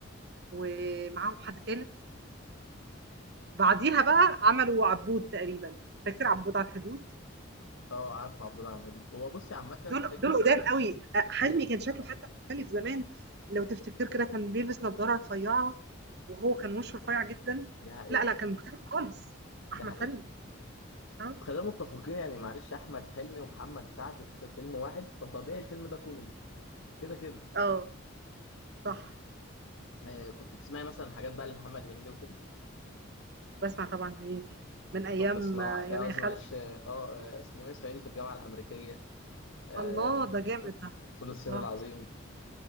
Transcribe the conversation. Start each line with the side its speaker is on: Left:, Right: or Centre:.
Right: ومعاهم حد تالت، بعديها بقى عملوا عبود تقريبًا، فاكر عبود على الحدود؟
Left: اه عارفه عبود على الحدود هو بصي عامه
Right: دول
Left: فكره
Right: دول قدام أوي، أ حجمي
Left: امم
Right: كان شكله حتى مختلف زمان، لو تفتكر كده كان بيلبس نضارة رفيعة، وهو كان وشه رفيع جدًا،
Left: ده حقيقي
Right: لأ، لأ، كان مختلف خالص، أحمد
Left: ده حقيقي
Right: حلمي، آه،
Left: خلينا متفقين يعني معلش احمد حلمي ومحمد سعد في فيلم واحد فطبيعي الفيلم ده كوميدي كده كده
Right: آه، صح،
Left: آه كنت بتسمعي مثلا حاجات بقى لمحمد هنيدي وكده
Right: باسمع طبعًا هنيدي من أيام
Left: طب صناعي
Right: يانا
Left: آه، قصدي
Right: يا خالتي،
Left: معلش اه آه، اسمه ايه صعيدي في الجامعه الامريكيه آه
Right: الله! ده جامد
Left: فول
Right: ده،
Left: فول الصين
Right: آه،
Left: العظيم